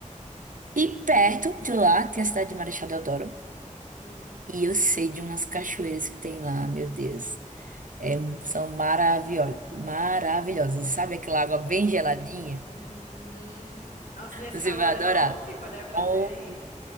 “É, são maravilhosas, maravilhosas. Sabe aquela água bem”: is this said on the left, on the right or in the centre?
Right